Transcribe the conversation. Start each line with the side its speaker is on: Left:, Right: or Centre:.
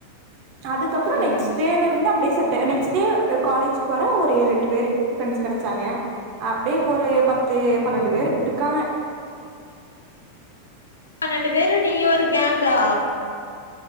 Right: அதுக்கப்றோ
Left: ம்
Right: நெக்ஸ்ட் டேல இருந்து அப்படியே செட் நெக்ஸ்ட் டே காலேஜ் போ ஒரு ஏழு எட்டு பேர் ப்ரெண்ட்ஸ் கெடைச்சாங்க அப்டியே இப்ப ஒரு பத்து பன்னெண்டு பேரு இருக்காங்க
Left: பன்னெண்டு பேரும் நீயும் ஒரு கேங்கா